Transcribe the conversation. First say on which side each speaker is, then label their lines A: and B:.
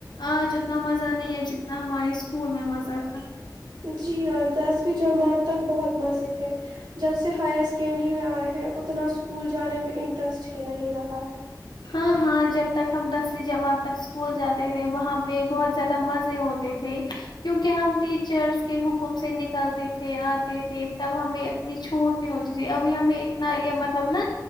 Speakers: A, on the left; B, on the right.
A: آج اتنا مزہ نہیں ہے جتنا ہمارے اسکول میں مزہ تھا
B: جی ہاں دسویں جماعت تک بہت مزیدد ہے جب سے ہائر سیکنڈری میں آئے ہیں اتنا اسکول جانے میں انٹرسٹ ہی نہیں رہا ہے
A: ہاں ہاں جب تک ہم دسویں جان تک اسکول جاتے تھے وہاں پہ بہت زیادہ مزے ہوتے تھے کیونکہ ہم ٹیچرس کے حکم سے نکلتے تھے آتے تھے تب ہمیں اتنی چھوٹ نہیں ہوتی تھی ابھی ہمیں اتنا یہ مطلب نا